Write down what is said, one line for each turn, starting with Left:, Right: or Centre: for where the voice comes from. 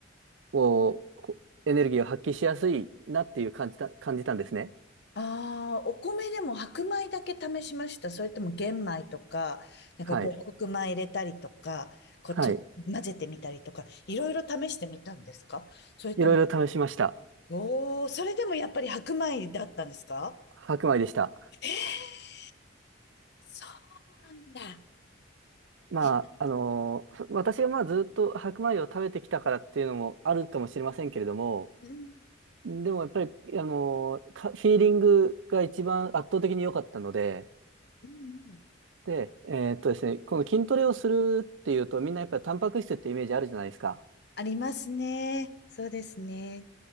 Right: をこエネルギーを発揮しやすいなっていう感じた、感じたんですね。
Left: ああ、お米でも白米だけ試しました。それとも玄米とか、なんか五穀米入れたりとか、
Right: はい。
Left: こうちょっと混ぜてみたりとか、
Right: はい。
Left: いろいろ試してみたんですかそれとも、
Right: いろいろ試しました。
Left: おお、それでもやっぱり白米だったんですか
Right: 白米でした。
Left: えーそうなんだ。
Right: まあ、
Left: いや
Right: あのーそ私がまあずっと白米を食べてきたからっていうのもあるかもしれませんけれども、
Left: うんうん
Right: でもやっぱり、あのーかフィーリングが一番圧倒的に良かったので、
Left: うんうん
Right: で、えーっとですね、この筋トレをするっていうと、みんなやっぱりタンパク質ってイメージあるじゃないですか。
Left: ありますね。そうですね。